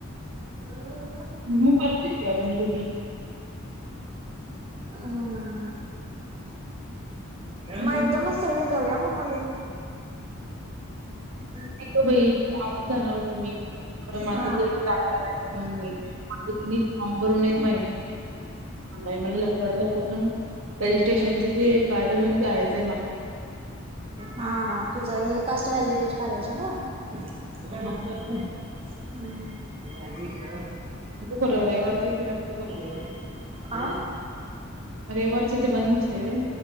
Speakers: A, on the right; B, on the right.
A: ह
B: मग परत येतीया तुम्ही दोघी
A: हम्
B: हम्म
A: मग एकदमच सगळे जाऊया मग <inaudible>
B: <inaudible>
A: <inaudible>
B: आजच जाणार होतो मी खरं माझं
A: हा.
B: एक ते दाखला राहिला म्हणून मी माझं की नई फॉर्म भरून एक महिना ऑनलाईन मला लवकरात लवकर जाऊन रजिस्ट्रेशनच ते
A: <unintelligible> <inaudible>
B: कार्ड घेऊन जायचंय मला
A: हा तुझं ते कास्ट व्हॅलिडेट काढायच हं.... तुझ्या लॅपटॉपचं
B: मग
A: ए आमही आणली की
B: खरं रविवारच ते रस्ते बंद
A: व <inaudible> <inaudible> आ
B: रविवारच ते बंद नसते व्हय?